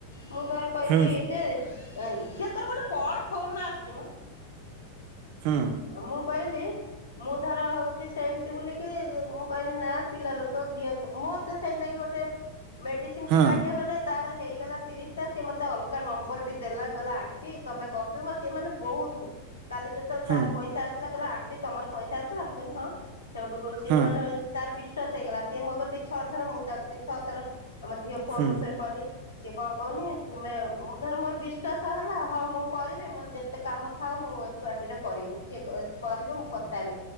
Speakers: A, on the left (about 75°); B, on the right (about 45°).
A: ମୁଁ ଧର କହିଲି
B: ହୁଁ
A: ଯେ ଏଇ ଝିଅ ତୋର ଗୋଟେ କଣ ଫୋନ ଆସୁଚି
B: ହୁଁ
A: ମ? କହିଲି ମୁଁ ଧର ହଉ ସେ ସେମତି ବୋଲିକି ମୁଁ କହିଲି ନା ପିଲା ଲୋକ ଦିଏ ମତେ ସେଇନାକିି ଗୋଟେ ମେଡିସିନ
B: ହୁଁ
A: ପିଲାଟିଏ ମାନେ ତାର ହେଇଗଲା ତିରିଶି ଟା ସିଏ ମତେ ଅଲଗା ନମ୍ବର ବି ଦେଲା କହିଲା ଆଣ୍ଟି ତମେ ଗପିବ ସିଏ ମାନେ ବହୁତ କାଲି ଯେତବେଳେ
B: ହୁଁ
A: ତାର ପଇସା ଆସିଲା କହିଲା ଆଣ୍ଟି ତମର ପଇସା ଆସିଲା ମୁଁ କହିଲି ହଁ। ସେଇଠୁକୁ ସିଏ
B: ହୁଁ
A: ମାନେ ତାର ବିଶ୍ଵାସ ହେଇଗଲା ସିଏ ମୋ କତିକି ଛଅ ଥର ମୁଁ ତା କତିକି ଛଅ ଥର। ଆମ ଝିଅ ଫୋନରୁୁ
B: ହୁଁ
A: ଫେର କଲି। ସିଏ କଣ କହୁନି ତୁମେ ଧର ମୋର ବିଶ୍ଵାସ ହେଲା ହଁ ମୁଁ କରିବି। ମୋର ଯେତେ କାମ ଥାଉ ମୁଁ ପୁଅ ଛୁଆଟିର କରିନି। ସେ କରିବ ମୁଁ କଥା ହେମି।